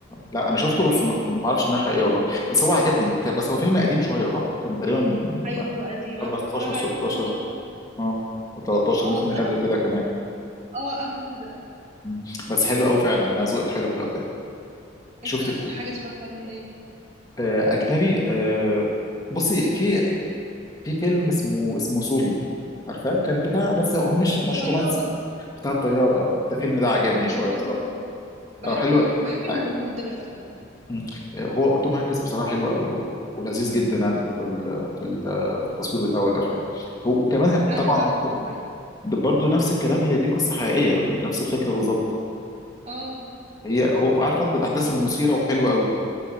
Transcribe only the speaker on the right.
قصه
حقيقيه
ايوه
ايوه هو قديم
انا متفرج
عليه من زمان بس انا
اه
لا
اه قبل كده
انت اخر
حاجه اتفرجت عليها ايه
الطيار
انا بحبه
قوي بحبه
قوي بحب المود
ده من الافلام
انا
بعشق معاك
اه